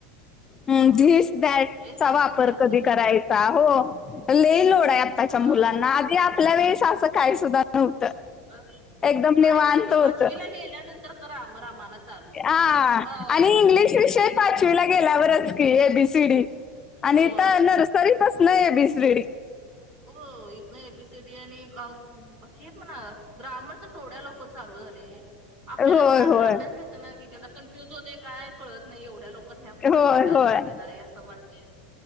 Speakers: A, on the left; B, on the right.
A: ह
B: होय
A: दिस दॅट
B: लईच
A: चा
B: अभ्यास
A: वापर
B: आहे आत्ताच्या
A: कधी करायचा
B: पोरांना
A: हो लय लोड आहे आत्ताच्या मुलांना
B: हा हा
A: आधी आपल्या वेळेस असं काही सुद्धा नव्हतं.
B: अ
A: एकदम
B: काय
A: निवांत
B: नव्हतं
A: होत.
B: पाचवीला गेल्यानंतर तर ग्रामर आम्हाला चालूच
A: हा
B: आता इथ
A: आणि इंग्लिश
B: सीनियर
A: विषय पाचवीला गेल्यावरच की एबीसीडी आणि
B: होय
A: हित नरसरीपसन एबीसीडी!
B: हो इथ एबीसडी आणि हे म्हणा ग्रामर तर केवड्या लवकर चालू झाले आपल्याला
A: होय
B: आता
A: होय
B: अभ्यास घेत घेताना कनफ्यूज होतया काय कळत नाही एवढ्या लोक ह्या पोरास्नी
A: होय
B: काय
A: होय
B: लक्षात येणार आहे असं वाटतय.